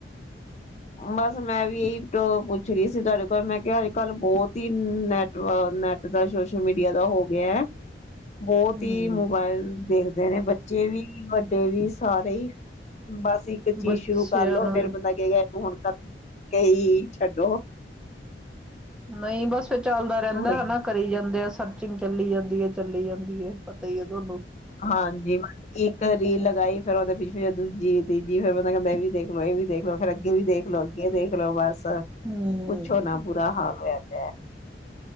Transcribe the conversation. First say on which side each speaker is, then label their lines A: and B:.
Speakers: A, on the left; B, in the centre.
A: ਬਸ ਮੈਂ ਵੀ ਇਹੀ ਪੁੱਛ ਰਹੀ ਸੀ ਤੁਹਾਡੇ ਕੋਲ ਮੈਂ ਕਿਹਾ ਅੱਜ ਕਲ ਬਹੁਤ ਹੀ ਨੈਟ ।ਨੈਟ ਦਾ ਸੋਸ਼ਲ ਮੀਡੀਆ ਦਾ ਹੋ ਗਿਆ ਹੈ। ਬਹੁਤ
B: ਹਮ
A: ਹੀ ਮੋਬਾਇਲ ਦੇਖਦੇ ਨੇ ਬ ਬੱਚੇ ਵੀ ਵੱਡੇ ਵੀ ਸਾਰੇ ਹੀ। ਬਸ ਇੱਕ ਚੀਜ਼
B: ਬੱਚਿਆਂ
A: ਸ਼ੁਰੂ ਕਰਲੋ।
B: ਨੂੰ
A: ਫੇਰ
B: ਵੀ
A: ਬੰਦਾ ਕਹੇਗਾ ਕਿ ਹੁਣ ਕਈ ਛੱਡੋ
B: ਨਹੀਂ ਬਸ ਇੱਥੇ ਚੱਲਦਾ ਰਹਿੰਦਾ
A: ਉਹੀ
B: ਹਨਾ ਕਰੀ ਜਾਂਦੇ ਆ ਸਭ ਚਿੰਗ ਚੱਲੀ ਜਾਂਦੀ ਹੈ, ਚੱਲੀ ਜਾਂਦੀ ਹੈ, ਪਤਾ ਹੀ ਹੈ ਤੁਹਾਨੂੰ।
A: ਹਾਂਜੀ, ਇੱਕ ਰੀਲ ਲਗਾਈ ਫਿਰ ਉਹਦੇ ਪ ਫੇਰ ਦੂਜੀ, ਤੀਜੀ ਫਿਰ ਬੰਦਾ ਕਹਿੰਦਾ ਇਹ ਵੀ ਦੇਖਲੋ, ਇਹ ਵੀ ਦੇਖਲੋ ਫੇਰ, ਅੱਗੇ ਵੀ ਦੇਖਲੋ, ਅੱਗੇ ਦੇਖਲੋ ਬਸ।
B: ਹਮ
A: ਪੁੱਛੋ ਨਾ ਬੁਰਾ ਹਾਲ ਹੋਇਆ ਪਿਆ। <inaudible>